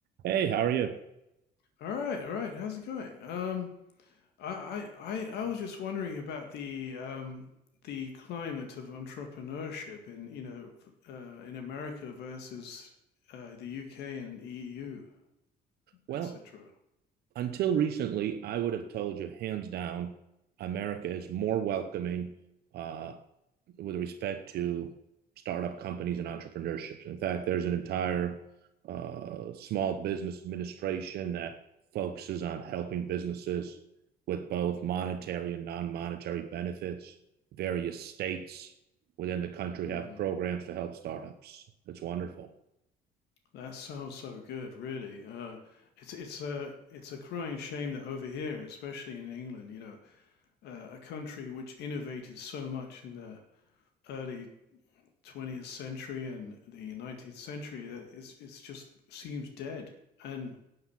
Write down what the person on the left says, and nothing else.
All right, all right. How's it going? Um, I, I, I I was just wondering about the um, the climate of entrepreneurship in, you know, f- uh, in America versus uh, the UK and EU,
etc.
Mm.
That sounds so good, really. Uh, it's it's a it's a crying shame that over here, especially in England, you know, uh, a country which innovated so much in the early 20th century and the 19th century that is it's just seems dead and